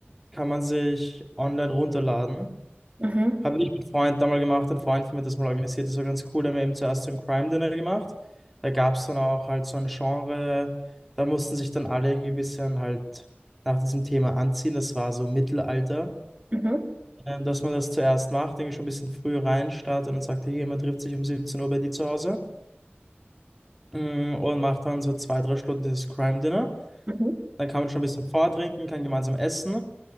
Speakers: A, in the centre; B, on the right (about 35°).
A: kann man sich online runterladen.
B: Mhm.
A: Habe ich mit Freund damals gemacht, ein Freund von mir hat das mal organisiert, das war ganz cool. Da haben wir eben zuerst so ein Crime Dinner gemacht. Da gab es dann auch halt so ein Genre, da mussten sich dann alle irgendwie ein bisschen halt nach diesem Thema anziehen. Das war so Mittelalter.
B: Mhm.
A: Ähm, dass man das zuerst macht, denke ich schon ein bisschen früh rein startet und dann sagt, hier, man trifft sich um 17 Uhr bei dir zu Hause Mm, und macht dann so zwei, drei Stunden dieses Crime Dinner.
B: Mhm.
A: Dann kann man schon ein bisschen vortrinken, kann gemeinsam essen.